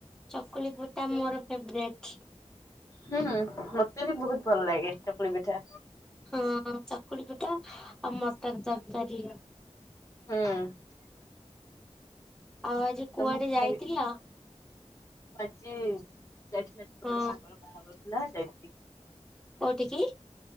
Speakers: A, in the centre; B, on the left.
A: ଚକୁଳି ପିଠା ମୋର ଫେବରାଇଟ।
B: ହୁଁ ହୁଁ ମତେ ବି ବହୁତ ଭଲ ଲାଗେ ଚକୁଳି ପିଠା।
A: ହଁ ଚକୁଳି ପିଠା ଆଉ ମଟର ତରକାରୀ।
B: ହୁଁ,
A: ଆଉ ଆଜି
B: ତମକୁ
A: କୁଆଡେ ଯାଇଥିଲ?
B: ଖାଇବି ଆଜି ଯାଇଥିଲି ଗୋଟେ
A: ହଁ
B: ସାଙ୍ଗର ବାହାଘର ଥିଲା ଯାଇଥିଲି।
A: କୋଉଠିକି